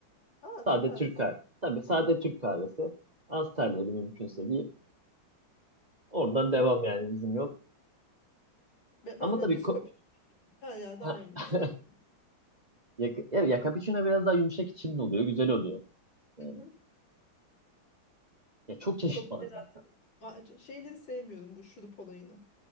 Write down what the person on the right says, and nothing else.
Sade
Türk kahvesi. Tabii sade Türk kahvesi. Az terliyeli mümkünse deyip oradan
devam yani bizim yok.
Ama
tabii
ko-
ha,
<laughs>
ya, ya ya cappuccino biraz daha yumuşak içimli oluyor. Güzel oluyor. Ee,
ya çok çeşit
var zaten.